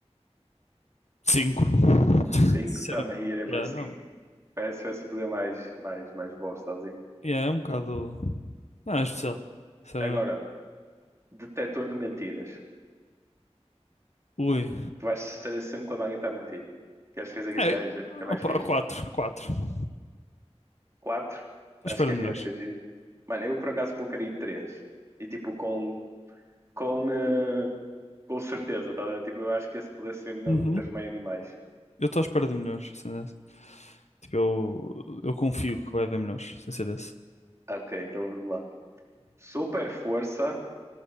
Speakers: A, on the left; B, on the right.
A: cinco <laughs>
B: cinco
A: Sinceramente.
B: também iria
A: Yeah,
B: para 5.
A: não.
B: Parece, parece o poder mais, mais, mais bosta, assim.
A: Yeah, é um bocado. Não, é especial. Sinceramente.
B: Agora, detector de mentiras.
A: Ui.
B: Tu vais saber sempre quando alguém está a mentir. Que acho que esse aqui
A: É,
B: já, é- já é mais
A: opa,
B: fixe.
A: quatro, quatro. Estou
B: Quatro? Acho
A: à espera
B: que é
A: de
B: pior
A: melhores.
B: que Chefia. Mano, eu por acaso colocaria em três. E tipo, com, com, eh, com certeza, tá? a ver? Tipo, eu acho que esse pudesse ser melhor
A: Uhum.
B: do que Tasmania Animais.
A: Eu estou à espera de melhores. assim, né? Tipo, eu, eu confio que vai haver melhores, sem ser esse.
B: Ok, então vamos lá. Super força,